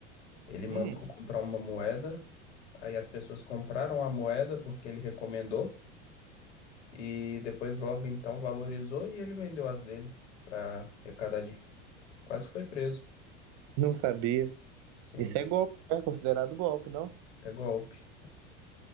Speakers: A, on the left; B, on the right.
A: ele mandou
B: Hum,
A: comprar uma moeda Aí as pessoas compraram a moeda porque ele recomendou e depois logo então valorizou e ele vendeu as dele para arrecadar dinheiro. Quase foi preso.
B: Não sabia.
A: Sim,
B: Isso é golpe, é considerado golpe, não?
A: isso é golpe.